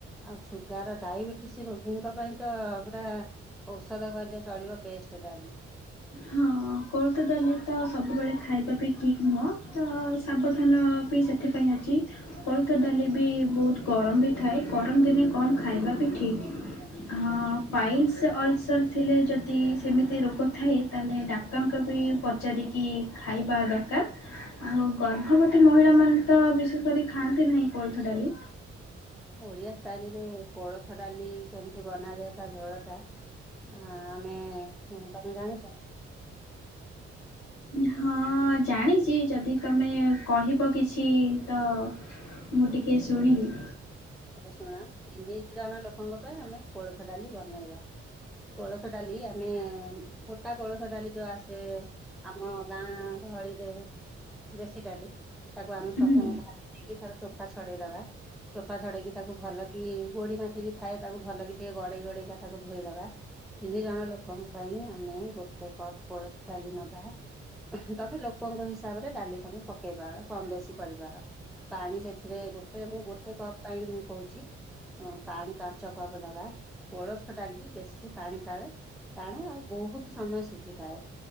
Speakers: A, in the centre; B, on the left.
A: ଆଉ ସୁଗାର ଡାଇବେଟିସ ରୋଗୀଙ୍କ ପାଇଁ ତ ପୁରା ଔଷଧ କହିଲେ ଚଳିବ ବେଷ୍ଟ ଡାଲି।
B: ହଁ। ହଁ କୋଳଥ ଡାଲି ତ ସବୁବେଳେ ଖାଇବା ବି ଠିକ୍ ନୁହେ ତ ସାବଧାନ ବି ସେ ସେଥିପାଇଁ ଆଜି କୋଳଥ ଡାଲି ବି ବହୁତ ଗରମ ବି ଥାଏ ଗରମ ଦିନେ କମ ଖାଇବା ବି ଠିକ୍। ହଁ ପାଇଲସ ଅଲସର୍ ଥିଲେ ଯଦି ସେମିତି ରୋଗ ଥାଏ ତାହେଲେ ଡାକ୍ତରଙ୍କୁ ବି ପଚାରିକି ଖାଇବା ଦରକାର। ଆଉ ଗର୍ଭବତୀ ମହିଳାମାନେ ତ ବିଶେଷ କରି ଖାଆନ୍ତି ନାହିଁ କୋଳଥ ଡାଲି।
A: ଓଡିଆ ଷ୍ଟାଇଲରେ କୋଳଥ ଡାଲି କେମିତି ବନାଯାଏ ତା ଝୋଳ ଟା ଆ ଆମେ ତମେ ଜାଣିଛ?
B: ହଁ ଜାଣିଛି ଯଦି ତୁମେ କହିବ କିଛି ତ ମୁଁ ଟିକେ ଶୁଣିବି।
A: ତାହାଲେ ଶୁଣ ତିନି ଜଣ ଲୋକଙ୍କ ପାଇଁ ଆମେ କୋଳଥ ଡାଲି ବନେଇବା। କୋଳଥ ଡାଲି ଆମେ ମୋଟା କୋଳଥ ଡାଲି ଯୋଉ ଆସେ ଆମ ଗାଁ ଗହଳିରେ। ଦେଶୀ ଡାଲି ତାକୁ ଆମେ
B: ହୁଁ
A: ପ୍ରଥମେ ଭାଜି ଦେଇକି ତାର ଚୋପା ଛଡେଇଦବା। ଚୋପା ଛଡେଇକି ତାକୁ ଭଲ କି ଗୋଡି ମାଟି ବି ଥାଏ ତାକୁ ଭଲ କି ଟିକେ ଗଡେଇ ଗଡେଇକା ତାକୁ ଧୋଇଦବା ତିନି ଜଣ ଲୋକଙ୍କ ପାଇଁ ଆମେ ଗୋଟେ କପ କୋଳଥ ଡାଲି ନବା। ତମେ ଲୋକଙ୍କ ହିସାବରେ ଡାଲି ତମେ ପକେଇ ପାର କମ ବେଶୀ କରିପାର ପାଣି ସେଥିରେ ଗୋଟେ ମୁଁ ଗୋଟେ କପ୍ ପାଇଁ ମୁ କହୁଛି। ହ ପାଣି ପାଞ୍ଚ କପ ଦବା କୋଳଥ ଡାଲି ବେଶୀ ପାଣି ଟାଳେ ଟାଣେ ଆଉ ବହୁତ ସମୟ ସିଝିଥାଏ।